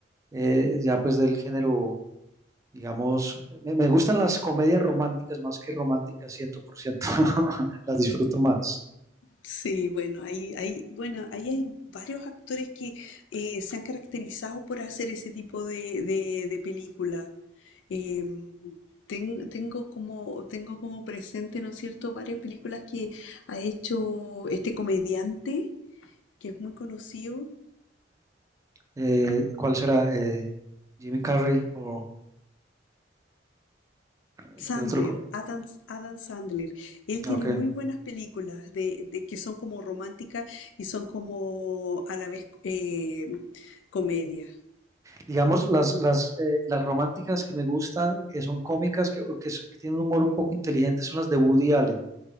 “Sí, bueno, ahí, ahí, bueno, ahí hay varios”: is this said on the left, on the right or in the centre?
Left